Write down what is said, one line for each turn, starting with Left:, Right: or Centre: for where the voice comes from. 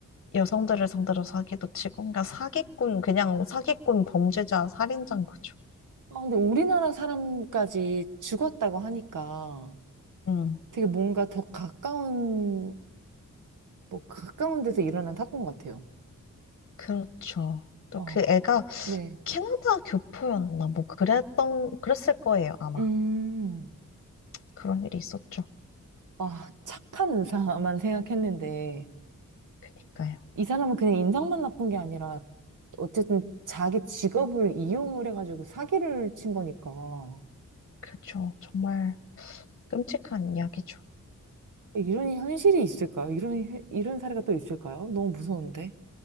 Left: 여성들을 상대로 사기도 치고, 그러니까 사기꾼 그냥 사기꾼 범죄자 살인자인 거죠.
Right: 아, 근데 우리나라 사람까지 죽었다고 하니까
Left: 음,
Right: 되게 뭔가 더 가까운 뭐 가까운 데서 일어난 사건 같아요.
Left: 그렇죠. 또
Right: 어,
Left: 그 애가
Right: 네.
Left: 캐나다 교포였나 뭐 그랬던 그랬을 거예요, 아마.
Right: 음,
Left: 그런 일이 있었죠.
Right: 아, 착한 의사만 생각했는데,
Left: 그니까요.
Right: 이 사람은 그냥 인상만 나쁜 게 아니라, 어쨌든 자기 직업을 이용을 해가지고 사기를 친 거니까.
Left: 그렇죠. 정말 끔찍한 이야기죠.
Right: 이런 현실이 있을까요? 이런, 현- 이런 사례가 또 있을까요? 너무 무서운데.